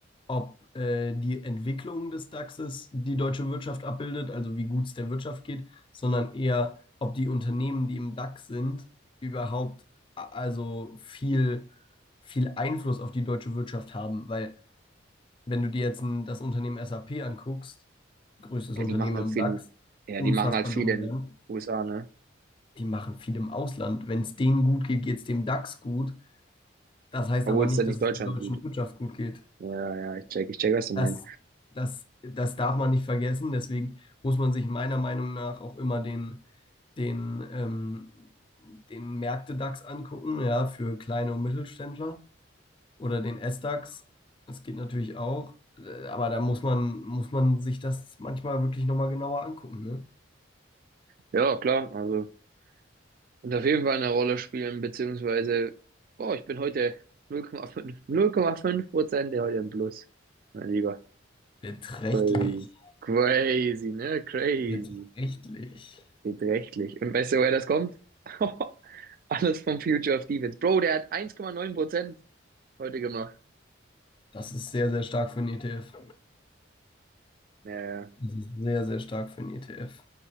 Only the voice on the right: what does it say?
Ja,
die machen halt viel,
ja,
die machen halt viel
in den USA, ne?
Obwohl
es
dann nicht
Deutschland
gut.
Ja, ja, ich check, ich check, was du meinst.
Ja, klar, also wird auf jeden Fall eine Rolle spielen, beziehungsweise, oh, ich bin heute null Komma fünf null Komma fünf Prozent der heute im Plus. Mein Lieber,
crazy. Crazy, ne? Crazy.
beträchtlich. Und weißt du, woher das kommt? <laughs> Alles vom Future of Defense. Bro, der hat eins Komma neun Prozent heute gemacht.
Ja, ja,